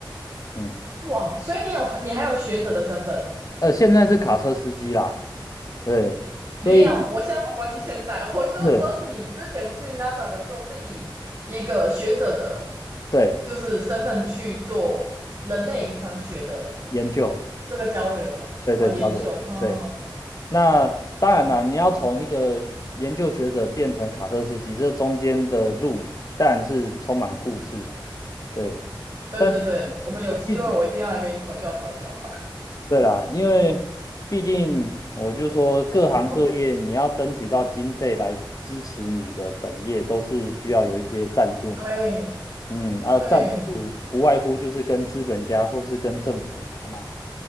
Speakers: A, on the left; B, on the right.
A: 嗯。
B: 哇，所以你有你还有学者的身份。
A: 呃，现在是卡车司机啦，对，所以
B: 没有，我现在不管你现在，我就是说你之前去
A: 是，
B: NASA 的时候是以一个学者的，
A: 对，
B: 就是身份去做人类遗传学的
A: 呃，研究，
B: 这个交流嘛，
A: 对对，
B: 哦，研究，
A: 交流，
B: 嗯，
A: 对。那当然啦，你要从一个研究学者变成卡车司机，这中间的路当然是充满故事了，对。
B: 对对对，
A: 但是
B: 我们有机会我一定要来跟你讨教讨教。
A: 我记得对啦，因为毕竟我就说各行各业你要争取到经费来支持你的本业，
B: <laughs>
A: 都是需要有一些赞助嘛。
B: 对
A: 嗯啊，
B: 对，
A: 赞助不外乎就是跟资本家或是跟政府拿嘛，